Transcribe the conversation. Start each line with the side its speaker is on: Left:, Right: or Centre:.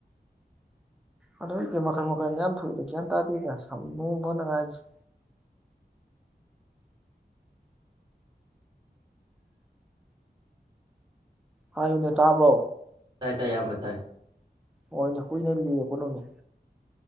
Centre: ꯑꯗꯨ ꯏꯗꯤ ꯃꯈꯟ ꯃꯈꯟ ꯌꯥꯝ ꯊꯣꯛꯏꯅ ꯒ꯭ꯌꯥꯟ ꯇꯥꯗꯦꯗ ꯁꯝ ꯅꯨꯡ ꯐꯅꯉꯥꯏꯁꯤ ꯍꯥꯏꯌꯨꯅꯦ ꯆꯥꯕ꯭ꯔꯣ
Right: ꯇꯥꯏ ꯇꯥꯏ ꯑꯌꯥꯝꯕ ꯇꯥꯏ
Centre: ꯑꯣ ꯏꯁꯨ ꯀꯅꯦꯌꯦ ꯀꯅꯣꯅꯤ